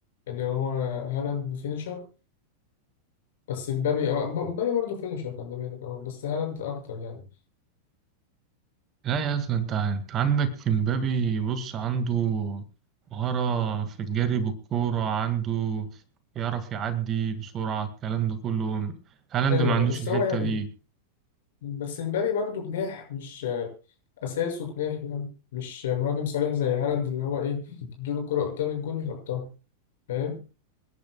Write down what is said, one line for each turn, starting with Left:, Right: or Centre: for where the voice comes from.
Left: اللي هو هالاند فينيشر بس مبابي أو- ب- مبابي برضه فينيشر خلي بالك اه بس هالاند اكتر يعني
Right: لا يا أصلا أنت أنت عندك في مبابي بص عنده مهارة في الجري بالكورة عنده يعرف يعدي بسرعة الكلام ده كله هالاند
Left: ايوه
Right: ما عندوش
Left: ايوه بس
Right: الحتة
Left: هو يعني
Right: دي
Left: بس مبابي برضه جناح مش اساسه جناح يعني مش مهاجم صريح زي هالاند اللي هو ايه تديله الكره قدام الجون يحطها فاهم